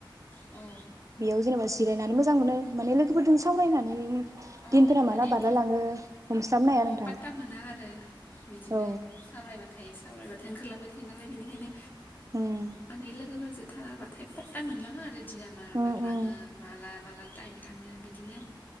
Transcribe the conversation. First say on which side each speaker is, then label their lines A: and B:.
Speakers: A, on the left; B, on the right.
A: औ
B: बेयाव जेनेबा सि जिरायनानै मोजां मोनो माने लोगोफोरजों सावरायनानै
A: औ
B: दिनफोरा
A: माने
B: माला बारलाय
A: बिदि
B: लाङो हमस्लाबनो हाया
A: अ
B: नोंथां
A: पात्ता मोना आरो बिदिनो
B: औ
A: सावरायबाथाय सावरायबाय थाय ओंखार लांबाय थायो नालाय बेनिखायनो
B: उम
A: माने लोगोफोरजों थाराबाथाय फात्ता मोनलाङा आरो दिना मारा
B: उम
A: बारलाङो
B: उम
A: माला माला टाइम थाङो बिदिनो